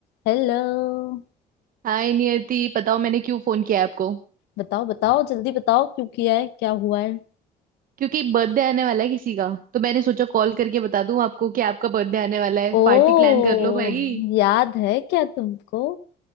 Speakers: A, on the left; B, on the right.
A: Hello
B: हाय नियति बताओ मैंने क्यों फोन किया है आपको
A: बताओ बताओ जल्दी बताओ क्यों किया है क्या हुआ है
B: क्योंकि बर्थडे आने वाला है किसी का तो मैंने सोचा कॉल करके बता दूं आपको कि आपका बर्थडे आने वाला है
A: ओ
B: पार्टी प्लान कर लो भाई
A: याद है क्या तुमको